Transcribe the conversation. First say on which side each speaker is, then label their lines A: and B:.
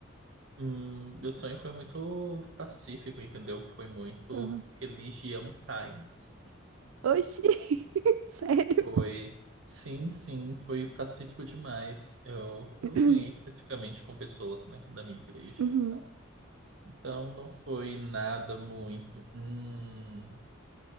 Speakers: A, on the right; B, on the right.
A: Hum, meu sonho foi muito pacífico, entendeu? Foi muito
B: Uhum.
A: religião times.
B: Oxi, <laughs> sério?
A: Foi.
B: <coughs>
A: Sim, sim, foi pacífico demais. Eu, eu
B: <clears throat>
A: sonhei especificamente com pessoas, né, da minha igreja
B: Uhum.
A: e tal. Então não foi nada muito, hum,